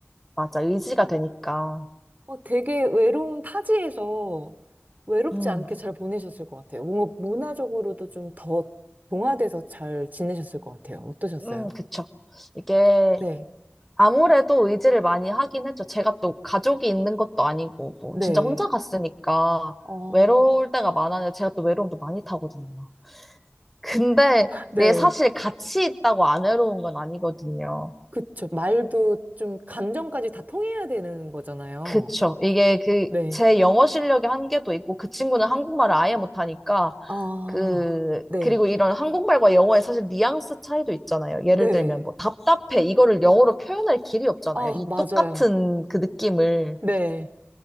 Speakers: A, in the centre; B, on the right (about 40°).
A: 맞아. 의지가 되니까.
B: 어, 되게 외로운 타지에서 외롭지
A: 음,
B: 않게 잘 보내셨을 것 같아요. 뭔가 문화적으로도 좀 더 동화돼서 잘 지내셨을 것 같아요. 어떠셨어요?
A: 음, 그쵸. 이게
B: 네.
A: 아무래도 의지를 많이 하긴 했죠. 제가 또 가족이 있는 것도 아니고, 뭐,
B: 네.
A: 진짜 혼자 갔으니까
B: 어,
A: 외로울 때가 많아요. 제가 또 외로움도 많이 타거든요. 근데
B: 네.
A: 이게 사실 같이 있다고 안 외로운 건 아니거든요.
B: 그쵸. 말도 좀 감정까지 다 통해야 되는 거잖아요.
A: 그쵸. 이게 그,
B: 네.
A: 제 영어 실력의 한계도 있고, 그 친구는 한국말을 아예 못하니까,
B: 아,
A: 그,
B: 네.
A: 그리고 이런 한국말과 영어의 사실 뉘앙스 차이도 있잖아요. 예를
B: 네.
A: 들면 뭐, 답답해. 이거를 영어로 표현할 길이 없잖아요.
B: 아,
A: 이
B: 맞아요.
A: 똑같은 그 느낌을.
B: 네.